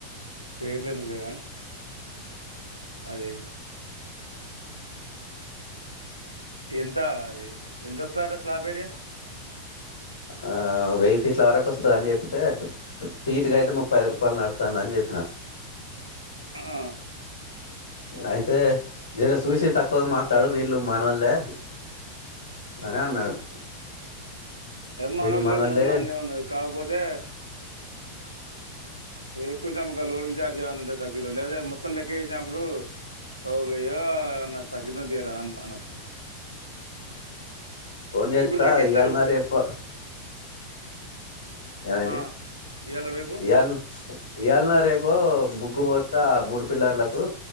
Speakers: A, on the right; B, on the left.
A: పేర్లు ఎందుకు లే గాని అే ఎంత అది ఎంతొస్తారా స్లాబేరియా
B: ఆ వెయ్యి ఫీట్ల వరకు వస్తుంద అని చెప్తే సీటు
A: ఆ,
B: అయితే ముప్పైదు రూపాయలు నడు వస్తుందని చెప్పినా
A: ఆ
B: అయితే జర చూసి తక్కువగా మాట్లాాడు వీళ్ళు మనవల్లే అని అన్నాడు
A: మనళ
B: వీళ్ళు మనోళ్లే
A: ఉన్నది మంచి ఉన్నది కాకపోతే ద వేసుకొచ్చాము ఒక లోలిన్ చార్జ్ ఏవనా ఉంటే తగ్గితాం లేదా మొత్తం లెక్క వేసినప్పుడు ఓయ అన్న తగ్గిద్దం తీరా అ అను
B: పోన్ చేత్తా
A: ఇప్పుడు తగ్గిస్తారు
B: ఇయ్యళన్నారుారే ఎప్ప ఏమైంది
A: ఆ, ఇవాళ రేపు
B: ఇయాళ ఇవాళనా రేపు ముగ్గుపోతా ఆ మూడు పిల్లర్లకు